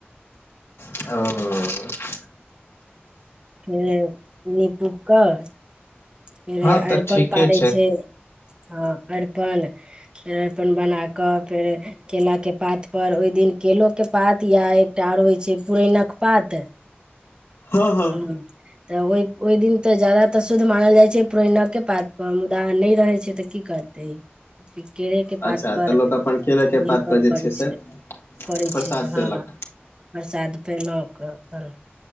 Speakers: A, on the left; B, on the right.
A: ओ
B: हँ निप उप कर फेर
A: हँ
B: अरिपन
A: तऽ ठीके
B: पारै छै हँ अरिपन फेर अपन बना कऽ फेर केला के पात पर ओहि दिन केलो के पात या एकटा आओर होइत छै पुरैनकि के पात
A: हँ हँ
B: हुँ तऽ ओहि ओहि दिन तऽ ज्यादातऽ शुद्ध मानल जाइत छै पुरनकाके पात पर मुदा नहि रहैत छै तऽ की करतै केरे के
A: अच्छा
B: पात पर
A: तऽ लोक अपन केले के
B: ओही
A: पात
B: पर
A: जे
B: करै
A: से
B: छै करै
A: प्रसाद
B: छै
A: पेलक
B: हँ प्रसाद पेना कऽ अपन